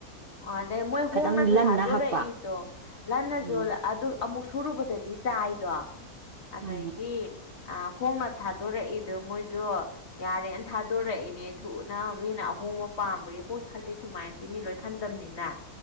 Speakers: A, on the left; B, on the right.
A: ꯑꯗꯩ ꯃꯣꯏ ꯍꯣꯡꯅꯁꯨ
B: ꯈꯇꯪ ꯂꯟꯅ
A: ꯊꯥꯗꯣꯔꯛꯏꯗꯣ
B: ꯍꯛꯄ
A: ꯂ
B: ꯎꯝ
A: ꯑꯗꯨ ꯑꯃꯨꯛ ꯁꯨꯔꯨꯕꯗꯗꯤ ꯆꯥꯏꯗꯣ ꯑꯗꯒꯤ
B: ꯃꯥꯅꯦ
A: ꯑ ꯍꯣꯡꯅ ꯊꯥꯗꯣꯔꯛꯏꯗ ꯃꯣꯏꯁꯨ ꯌꯥꯔꯦꯅ ꯊꯥꯗꯣꯔꯛꯏꯅꯦ ꯊꯨꯅ ꯃꯤꯅ ꯑ ꯍꯍꯣꯡꯕ ꯄꯥꯝꯕꯒꯤ ꯀꯣꯏ ꯈꯜꯂꯤ ꯁꯨꯃꯥꯏꯅꯗꯤ ꯃꯤ ꯂꯣꯏ ꯈꯟꯗꯝꯕꯅꯤꯅ